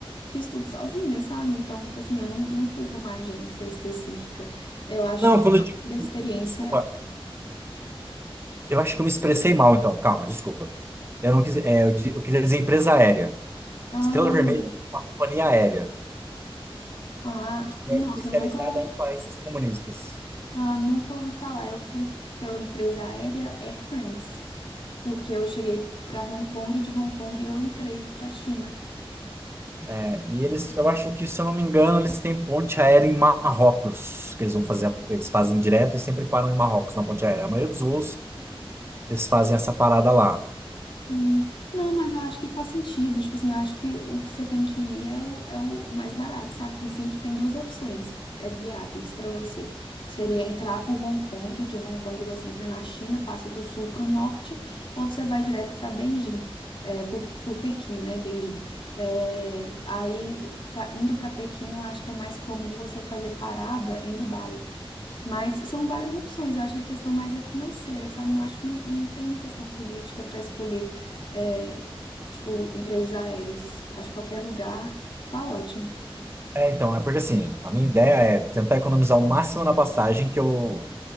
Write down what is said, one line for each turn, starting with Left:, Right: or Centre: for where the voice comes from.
Left: fiz tudo sozinha, sabe? Então, tipo assim, eu não, não fui com uma agência específica. Eu acho
Right: Não,
Left: que
Right: quando eu digo,
Left: da experiência.
Right: desculpa, eu acho que eu me expressei mal então, calma, desculpa. Eu não quis, é, eu, di- eu queria dizer empresa aérea.
Left: Ah,
Right: Estrela Vermelha é uma companhia aérea.
Left: ah, nossa,
Right: é especializada
Left: eu nunca,
Right: em países comunistas.
Left: ah, nunca ouvi falar. Eu fui pela empresa aérea Air France, porque eu cheguei para Hong Kong e de Hong Kong eu entrei para China.
Right: É, e eles, eu acho que, se eu não me engano, eles têm ponte aérea em Marrocos, que eles vão fazer, eles fazem direto e sempre param em Marrocos na ponte aérea. A maioria dos voos, eles fazem essa parada lá.
Left: Hum. Não, mas eu acho que faz sentido. Tipo assim, eu acho que o que você tem que ir é o, é o mais barato, sabe? Tem sempre tem duas opções é, viáveis pra você, que seria entrar por Hong Kong, de Hong Kong você entra na China, passa do sul pro norte, ou você vai direto pra Beijing, é, por, por Pequim, né? Beijing. É, aí, pra- indo pra Pequim, eu acho que é mais comum você fazer parada em Dubai. Mas são várias opções. Eu acho que a questão mais é financeira, sabe? Não acho que não, não tem uma questão política para escolher, é, tipo, empresas aéreas. Acho que qualquer lugar tá ótimo.
Right: É, então, é porque assim, a minha ideia é tentar economizar o máximo na passagem, que eu,